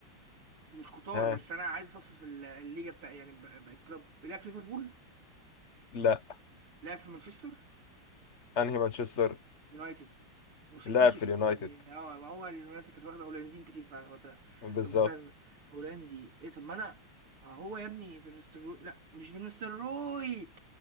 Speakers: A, on the right; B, on the left.
A: مش كتار
B: ها
A: بس انا عايز اصفصف في ال- الليجا بتاع يعني ب- بقى كلوب لعب في ليفربول
B: لا
A: لعب في مانشستر
B: انهي مانشستر
A: يونايتد مش
B: لاعب
A: اكيد مش
B: في
A: السيتي
B: اليونايتد
A: لان اه ما هو اليونايتد كانت واخده هولنديين كتير فعلا وقتها
B: بالظبط
A: طب استنى هولندي ايه طب ما انا آه، هو يا ابني فينستروي لا مش فينستروي